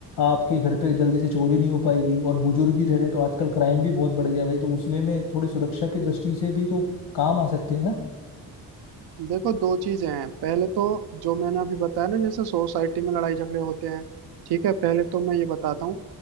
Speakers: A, on the left; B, on the right.
A: आपके घर पे जल्दी से चोरी नहीं हो पाएगी और बुजुर्ग ही रह रहे तो आजकल क्राइम भी बहुत बढ़ गया है भाई तो उस वे में थोड़ी सुरक्षा की दृष्टि से भी तो काम आ सकते हैं ना
B: देखो दो चीजें हैं पहले तो जो मैंने अभी बताया ना जैसे सोसाइटी में लड़ाई झगड़े होते हैं ठीक है पहले तो मैं ये बताता हूँ